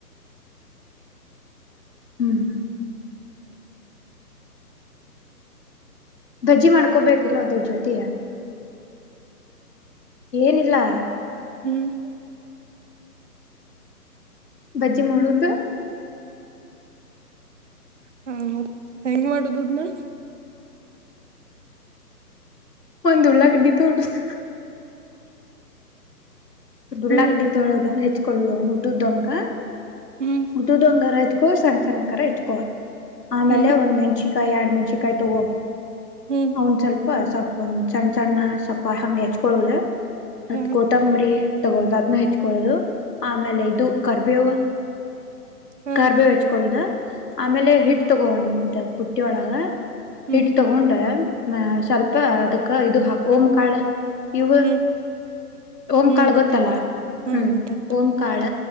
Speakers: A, on the left (about 75°); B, on the right (about 45°).
A: ಹ್ಮ್ ಭಜ್ಜಿ ಮಾಡ್ಕೊಬೇಕಿಲ್ಲ ಅದ್ರ ಜೊತೆಯೇ ಏನಿಲ್ಲಾ
B: ಹ್ಮ್
A: ಬಜ್ಜಿ ಮಾಡುದು
B: ಹ ಮತ್ತ್ ಹೆಂಗ್ ಮಾಡುದದ್ನ್
A: ಒಂದ್ ಉಳ್ಳ ಗಡ್ಡಿ ತೋ <unintelligible> ಊಳ್ಳಾಗಡ್ಡಿ
B: ಹ್ಮ್
A: ತೊಳದ ಹೆಚ್ಕೊಳ್ಳುದವನು ಉ್ದುದಮ್ಂಗ
B: ಹ್ಮ್
A: ಉದುದುಂಗರ ಹಚ್ಕೋ ಸಣ್ಣ ಸಣ್ಣ ಕರ ಹಚ್ಕೋ ಆಮೇಲೆ
B: ಹ್ಮ್
A: ಒಂದ್ ಮ್ಯಾಜಿಕ್ ಎರಡ್ ಮನ್ಷ ಕಾಯ್ ತಗೋ
B: ಹ್ಮ್
A: ಅವನ್ ಸ್ವಲ್ಪ ಸ್ಪ ಸ್ವಪ ಒಂದ ಸಣ್ಣ ಸಣ್ಣ ಸ್ವಲ್ಪ ಹಂಗೆ ಹೆಚ್ಕೊಳ್ಳುದ ಸ್ವಲ್ಪ
B: ಹಾ
A: ಕೊತ್ತಂಬರಿ ತಗೊಳ್ಳುದು ಅದ್ನ್ನು ಹೆಚ್ಕೊಳ್ಳುದು ಆಮೇಲೆ ಇದು ಕರ್ಬೇವು
B: ಹಾ
A: ಕಾರ್ಬೇವು ಹಚ್ಕಳ್ದ ಆಮೇಲೆ ಹಿಟ್ ತಗೊಳೋನು ಪುಟ್ಟಿಯ ಒಳಗ
B: ಹ್ಮ್
A: ಹಿಟ್ ತಗೊಂಡ ಹ ಸ್ವಲ್ಪ ಅದಕ್ಕ ಇದು ಹಾಕೋ ಹೋಮ್ ಕಾಳು ಇವು
B: ಹ್ಮ್
A: ಓಂಕಾಳ
B: ಹ್ಮ್ ಗೊತ್ತಾಯ್ತು
A: ಗೊತ್ತಲ್ಲ
B: ಹಾ
A: ಹ್ಮ್
B: ಗೊತ್ತಾಯ್ತು
A: ಓಂಕಾಳ